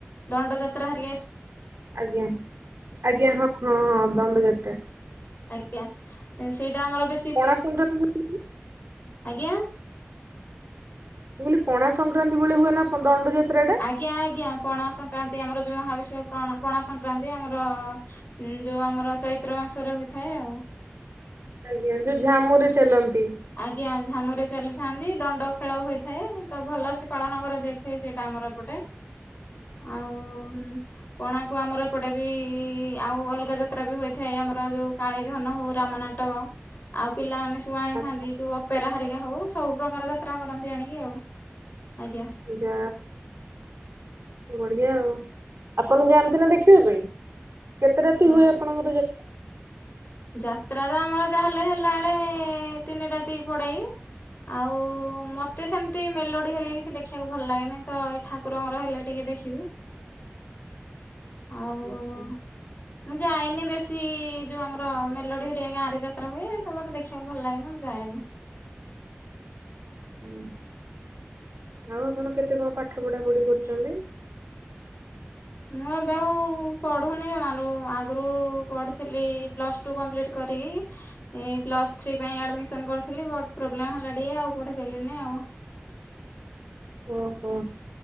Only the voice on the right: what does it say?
ଆଜ୍ଞା ଆଜ୍ଞା ହଁ ହଁ ହଁ ବନ୍ଦଯାତା
ପଣା
ସଂକ୍ରାନ୍ତି ବେଳେ-
ମୁଁ କଇଲି ପଣା ସଂକ୍ରାନ୍ତି ଭଳିଳେ ହୁଏ ନା ଦଣ୍ଡଯାତ୍ରା ଟା
ଆଜ୍ଞା ଯୋଉ ଝାମୁ ରେ ଚାଲନ୍ତି
ଆଚ୍ଛା
ପୂଜା ବଢିଆ ଆଉ ଆପଣ ଯାଆନ୍ତି ନା ଦେଖିବା ପାଇଁ କେତେ ରାତି
ହୁଏ ଆପଣଙ୍କର ଯା
ଆଚ୍ଛା
ଓ ହ ଆଉ ଆପଣ କେତେ କଣ ପାଠ ପଢା ପଢି କରୁଛନ୍ତି?
ଓହୋ